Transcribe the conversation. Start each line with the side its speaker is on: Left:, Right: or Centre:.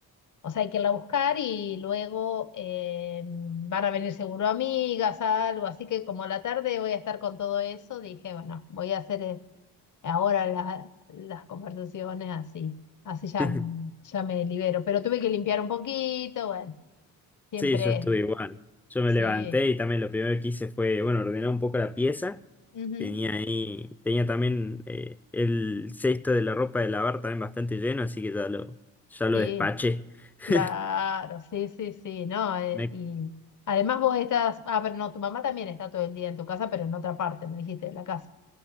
Left: o sea, hay que irla a buscar y luego eh, van a venir seguro amigas, algo, así que como a la tarde voy a estar con todo eso, dije, bueno, voy a hacer eh, ahora la- las conversaciones así, así ya,
Centre: <laughs>
Left: ya me libero, pero tuve que limpiar un poquito, bueno, siempre,
Centre: Sí, yo estuve igual. Yo me
Left: sí,
Centre: levanté y también lo primero que hice fue, bueno, ordenar un poco la pieza.
Left: ujú,
Centre: Tenía ahí, tenía también eh, el cesto de la ropa de lavar también bastante lleno, así que ya lo, ya lo
Left: sí,
Centre: despaché. <laughs>
Left: claro, sí, sí, sí, no, eh,
Centre: Me
Left: y además vos estás, ah, pero no, tu mamá también está todo el día en tu casa, pero en otra parte, me dijiste, de la casa,